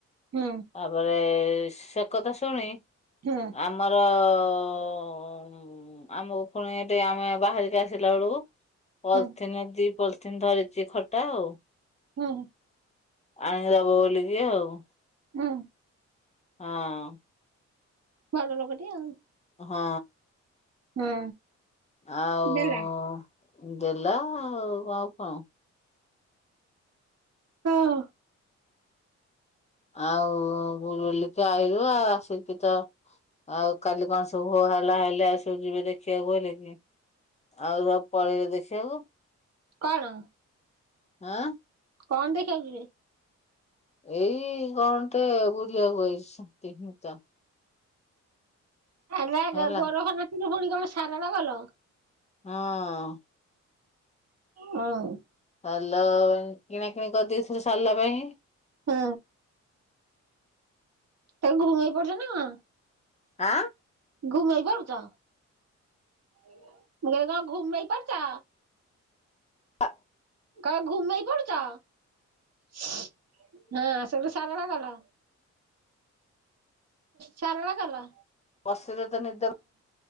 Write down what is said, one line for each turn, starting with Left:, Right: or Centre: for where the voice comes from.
Right: ହୁଁ।
Left: ତାପରେ ସେ କଥା ଶୁଣି
Right: ହୁଁ।
Left: ଆମର ହୁଁ ଆମକୁ ପୁଣି ଏଠି ଆମେ ବାହାରିକି ଆସିଲା ବେଳକୁ ପଲଥିିନ
Right: ହଁ ହଁ ହଁ
Left: ଦି ପଲିଥିନ୍ ଧରିଛି ଖଟା ଆଉ
Right: ହୁଁ।
Left: ଆଣିଦବ ବୋଲିକି ଆଉ
Right: ହୁଁ।
Left: ହଁ।
Right: ଭଲ ଲୋକଟି ଆଉ
Left: ହଁ।
Right: ହୁଁ।
Left: ଆଉ
Right: ଦେଲା
Left: ଦେଲା ଆଉ ଆଉ କଣ?
Right: ହୁଁ।
Left: ଆଉ ବୁଲି କି ଆଇଲୁ ଆ ଆସି କି ତ ଆଉ କାଲି କଣ ସବୁ ହାଲା ହେଲି ଆ ସବୁ ଯିବେ ଦେଖିବାକୁ ବୋଲି କି ଆଉ ସବୁ ପଳେଇଲେ ଦେଖିବାକୁ।
Right: କଣ?
Left: ହଁ।
Right: କଣ ଦେଖିବାକୁ ଯିବେ?
Left: ଏଇ କଣ ଟେ ବୁଲିବାକୁ କହିଛନ୍ତି ହିଁ ତ।
Right: ରା
Left: ହେଲା
Right: ଗୋରଫ ନାଚିଲ ପୁଣି କଣ ସାରଳା ଗଲ?
Left: ହଁ।
Right: ହୁଁ।
Left: ସିଲ କିଣା କିିଣି କରିଦେଇଥିଲୁ ସାରିଲା ପାଇଁ।
Right: ହୁଁ। ତାଙ୍କୁ ଭୁଙ୍ଗେଇ ପଡୁଛ ନା କଣ?
Left: ଆଁ?
Right: ଘୁମେଇ ପାରୁୁଛ ମୁଁ କହିଲି କଣ ଘୁମେଇ ପଡୁଛ?
Left: ଆଃ।
Right: କ ଘୁମେଇ ପଡୁଛ ହଁ ସେଗଟୁ ସାରଳା ଗଲ। ସାରଳା ଗଲ।
Left: ବସିଲେ ତ ନିଦ